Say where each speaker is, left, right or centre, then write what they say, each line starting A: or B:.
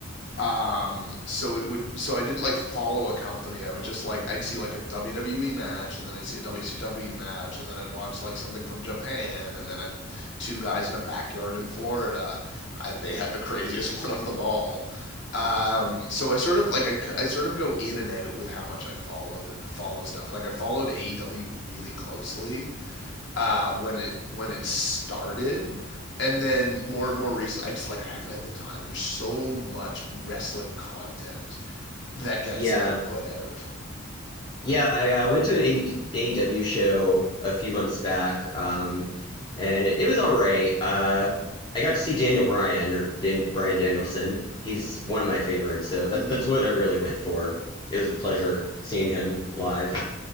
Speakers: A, on the left (about 55°); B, on the left (about 20°).
A: um, so it would so I didn't like follow a company. I would just like I'd see like a WWE match and then I'd see a WCW match and then I'd watch like something from Japan and then I'd two guys in a backyard in Florida and they had the craziest <laughs> one of them all. Um, so I sort of like I, I sort of go in and out with how much I followed follow stuff. Like I followed AEW really closely uh, when it when it started, and then more more recently, I just like I haven't had the time. There's so much wrestling content that gets
B: Yeah.
A: like put out.
B: Yeah, I uh, went to an AEW show a few months back, um, and it was all right. Uh, I got to see Daniel Bryan or Dan Bryan Danielson. He's one of my favorites, so that
A: hmm
B: that's what I really went for. It was a pleasure seeing him live.